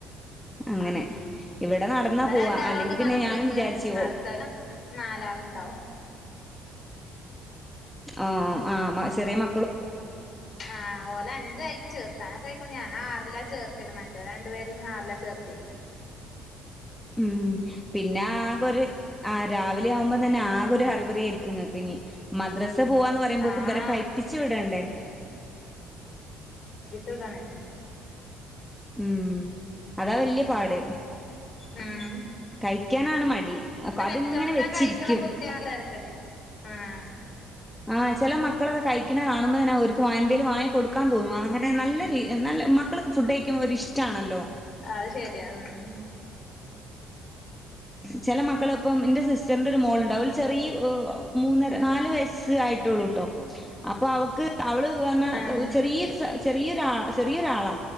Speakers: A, in the centre; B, on the left (about 45°).
A: അങ്ങനെ
B: ആഹ്
A: ഇവിടെ നടന്നാ
B: ഇപ്പ
A: പോവാ
B: രണ്ടാളൊള്ളൂ
A: അല്ലെങ്കി പിന്നെ
B: മദ്രസക്ക്
A: ഞാനും വിചാരിച്ചു
B: അടുത്തോലം
A: ഓ
B: നാലാളും ഉണ്ടാവും
A: ആ ആ ചെറിയ മ
B: ആ ഓല് അഞ്ച് ആയി <unintelligible> അപ്പ ഞാൻ ആറിലാ ചേർത്തിണ് മറ്റൊ രണ്ട് പേരെയും ആറില ചേർത്തിക്ക്ണെ.
A: ഉം, പിന്നെ ആകെ ഒര് ആഹ് രാവിലെ ആവുമ്പ തന്നെ ആകെ ഒരു ഹറി ബറിയായിരിക്കും ഇങ്ങക്ക് ഇന്നി മദ്രസ പോവാന്ന് പറയുമ്പോക്കും
B: ആഹ്
A: ഇവരെ കഴിപ്പിച്ച് വിടണ്ടേ
B: ഇടെണെ
A: ഉം അതാ വല്ല്യ പാട്
B: ഉം
A: കഴിക്കാനാണ് മടി അതിങ്ങനെ
B: വെച്ചോട്ത്താ
A: വെച്ചിരിക്കും
B: കഴിക്ക്ണ കുട്ട്യേളാണെങ്കി തരക്കെടില്ല ആഹ്
A: ആഹ് ചെല മക്കളൊക്കെ കഴിക്ക്ണ കാണുമ്പ തന്നെ അവർക്ക് എന്തേലും വാങ്ങി കൊടുക്കാൻ തോന്നും അങ്ങനെ നല്ല രീ നല്ല മക്കൾ ഫുഡ് കഴിക്കുമ്പ ഒരു ഇഷ്ട്ടാണല്ലോ
B: അത് ശരിയാ ഉം
A: ചെല മക്കള് ഇപ്പം എന്റെ സിസ്റ്ററിന്റെ ഒരു മോള്ണ്ട് അവൾ ചെറിയ മൂന്നര നാല് വയസ്സ് സ് ആയിട്ടൊള്ളൂട്ടോ. അപ്പൊ അവക്ക് അവള് പറഞ്ഞാ
B: ആഹ്
A: ചെറിയൊരു ചെറിയൊരു <unintelligible> ചെറിയൊരാളാ